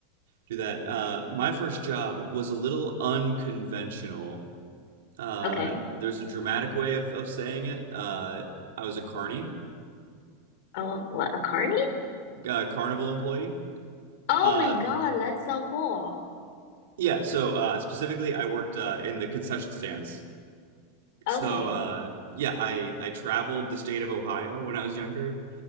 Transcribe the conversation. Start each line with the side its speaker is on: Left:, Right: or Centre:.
Right: do that. Uh, my first job was a little unconventional. Uh,
Left: Okay.
Right: there's a dramatic way of, of saying it. Uh, I was a carny,
Left: Oh, what, a carny?
Right: uh, carnival employee.
Left: Oh
Right: Uh,
Left: my God, that's so cool.
Right: yeah, so uh, specifically, I worked uh, in the concession stands.
Left: Okay.
Right: So uh, yeah, I I traveled the state of Ohio when I was younger,